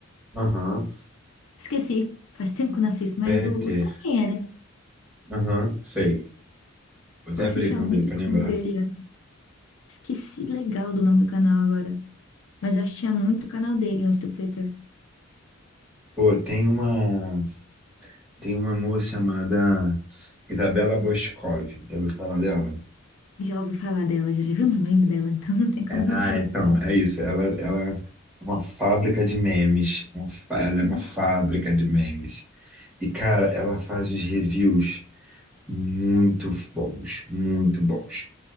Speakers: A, in the centre; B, on the left (about 75°).
A: Aham.
B: Esqueci. Faz tempo que eu não assisto, mas
A: Peter.
B: o, o sabe quem é, né?
A: Aham, sei. Vou até
B: Eu assistia
A: abrir o canal
B: muito
A: dele pra
B: o canal
A: lembrar.
B: dele antes. Esqueci legal do nome do canal agora. Mas eu assistia muito o canal dele antes do Peter.
A: Pô, tem uma, tem uma moça chamada Isabela Boscov. Já ouviu falar dela?
B: Já ouvi falar dela, já, já vi uns memes dela, <laughs> então não tem como
A: É,
B: não
A: Ah,
B: ter. ouvido.
A: então, é isso. Ela, ela é uma fábrica de memes. Uma fá- Ela
B: Sim.
A: é uma fábrica de memes. E, cara, ela faz os reviews muito bons, muito bons.